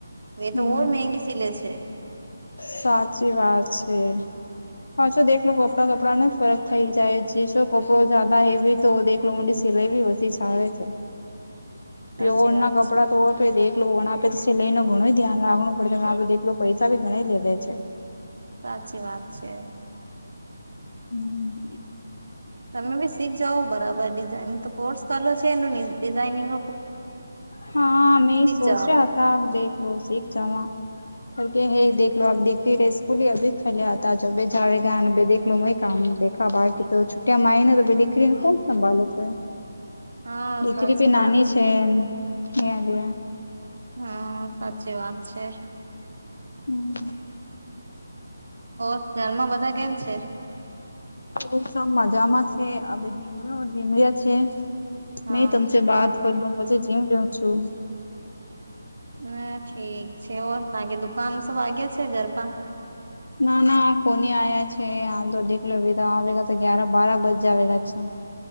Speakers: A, on the right; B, on the left.
A: એ
B: હમ
A: તો મંંગી સીલેે છે.
B: સાચી વાત છે. હાછો દે કપડાં કપડાં ન ફરક થઈ જાય જેો કપડો જદા હેવી તો લોંડી સિલાઈ બી પછી સારે છે પ્યોઓ
A: સાચી વાત
B: ના કપડા
A: છે
B: તો આપે દેખલો પણ આપે તો સેલાઈ નું ઘણું ધ્યાન રાખવું પડે આપેખ પૈસા ભી ઘણા લે છે.
A: સાચી વાત છે.
B: <inaudible> હમ.
A: તમે બી શીખ જાાવ બરાબર ડિઝાઇન તો કોર્સ કરલો છે એ ડિઝઇનિંગ
B: હા મેમે સોચ્યા
A: જાઓ
B: હતા દેખ લો શીખ જવા. કર કે હેેખલો લો આપ દેખતી ર સ્કૂલ અભી ખલ્યા આતા જો ભ જાવે ગા દેખલો લોં કામ કા બાકી તો છુટ્યામાંનો તો દીકરી ને કોણ સંભાળ છે.
A: હા
B: દીકરી
A: સાચી
B: ભી નાની
A: વાત
B: છે ત લ
A: હા. સાચી વાત છે.
B: હમ
A: ઓ ઘરમાં બધા કેમ છે?
B: ઓ સ મજામાં છે અ ઝીમ ઝીમ્યા છે.
A: હા
B: નહી તમ બાત કરું પછી જીવ લઉ છું.
A: હ ઠીક છે ઓર ત કેે દુકાન સબ વાગ્યા છે ઘર પા?
B: ના ના કોની આ્યા છે આાલ તો દેખલો બીધ આવેગ તો ગ્યાર બારા બજ આવેગા છે.